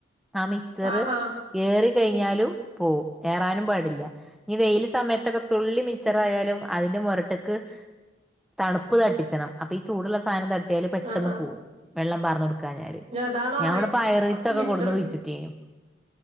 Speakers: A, in the centre; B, on the right.
A: ആ മിച്ചറ്
B: ആഹ് ആഹ്
A: ഏറി കഴിഞ്ഞാലും പോവും ഏറാനും പാടില്ല. ഈ വെയ്ല് സമയത്തൊക്കെ തുള്ളി മിച്ചറായാലും അതിന്റെ മുരട്ട്ക്ക് തണുപ്പ് തട്ടിച്ചണം അപ്പൊ ഈ ചൂടുള്ള സാധനം ത ട്ട്യാല് പെട്ടന്ന്
B: ആഹ് ആഹ്
A: പോകും വെള്ളം പറന്നൊട്ക്കാഞ്ഞാല്
B: ഇനി അതാണോ
A: ഞാവടെ
B: അറിയില്ല
A: പയർ
B: കൊറച്ച്
A: വിത്തൊക്കെ
B: മിച്ചർ
A: കൊട്ന്ന് കുഴിച്ചിട്ടീനു